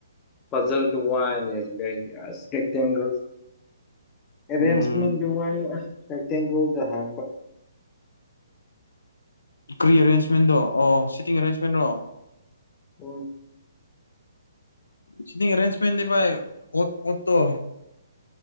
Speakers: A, on the left (about 20°); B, on the left (about 80°).
A: ꯐꯖꯜ ꯂꯨꯋꯥꯁ ꯏꯁꯀꯤꯇꯒ ꯑꯦꯔꯦꯟꯖꯃꯦꯟꯗꯨ
B: ꯎꯝ
A: ꯋꯥ ꯁꯇꯦꯡꯒꯧꯗ ꯍꯥꯡꯕ
B: ꯀ꯭ꯔꯤ ꯑꯦꯔꯦꯟꯖꯃꯦꯟꯗꯣ ꯑꯣ ꯁꯤꯇꯤꯡ ꯑꯦꯔꯦꯟꯖꯃꯦꯟ ꯔꯣ
A: ꯍ
B: ꯁꯤ ꯑꯦꯔꯦꯟꯖꯃꯦꯟꯗꯤꯚꯥꯏ ꯀ ꯀꯣꯠꯇꯣ